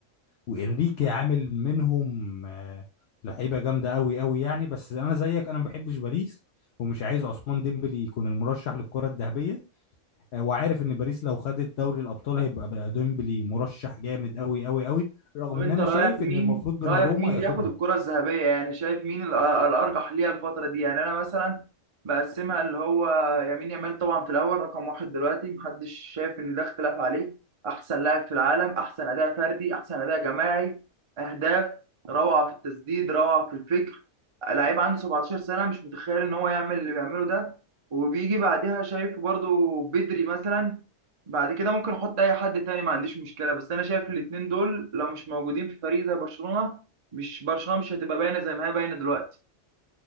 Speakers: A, on the left (about 60°); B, on the right (about 45°).
A: وإنريكي عامل منهم آه، لعيبة جامدة أوي أوي يعني بس أنا زيك أنا ما بحبش باريس ومش عايز عثمان ديمبلي يكون المرشح للكرة الذهبية آه، وعارف إن باريس لو خدت دوري الأبطال هيبقى بقى ديمبلي مرشح جامد أوي أوي أوي رغم
B: طب
A: إن
B: انت
A: أنا
B: رايك
A: شايف
B: مين
A: إن المفروض دوناروما
B: رايك مين اللي
A: ياخدها
B: ياخد الكره الذهبيه يعني شايف مين ال- الارجح ليها الفتره دي يعني انا مثلا بقسمها اللي هو يمين يامال طبعا في الاول رقم واحد دلوقتي محدش شايف ان ده اختلاف عليه احسن لاعب في العالم احسن اداء فردي احسن اداء جماعي اهداف روعه في التسديد روعه في الفكر لعيب عنده 17 سنه مش متخيل ان هو يعمل اللي بيعمله ده وبيجي بعدها شايف برضو بدري مثلا بعد كده ممكن احط اي حد تاني ما عنديش مشكله بس انا شايف الاتنين دول لو مش موجودين في فريق زي برشلونه مش برشلونه مش هتبقى باينه زي ما هي باينه دلوقتي